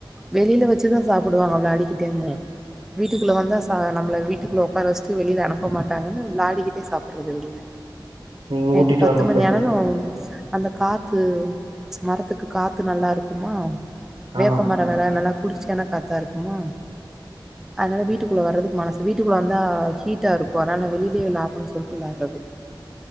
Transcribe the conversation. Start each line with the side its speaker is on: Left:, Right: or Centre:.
Centre: வெளில வச்சுதா சாப்புடுவாங்க விளாடிக்கிட்டேமு வீட்டுக்குள்ள வந்தா சா நம்மள வீட்டுக்குள்ள உக்கார வச்டு வெளில அனுப்ப மாட்டாங்கன்னு விளாடிகிட்டே சாப்புறது வெளில
Right: நீங்க
Centre: நைட்டு
Right: ஊட்டிட்டு
Centre: பத்து
Right: வரணு
Centre: மணி
Right: போயிட்டு
Centre: ஆனாலும் அந்த காத்து மரத்துக்கு காத்து நல்லாருக்குமா
Right: ஆமா
Centre: வேப்பமரம்
Right: ஆமா
Centre: வேற நல்லா குளிர்ச்சியான காத்தாருக்குமா அதனால வீட்டுக்குள்ள வர்றதுக்கு மனசு வீட்டுக்குள்ள வந்தா ஹீட்டாருக்கும் அதனால வெளிலே விளாடறோம் சொல்ட்டு விளாட்றது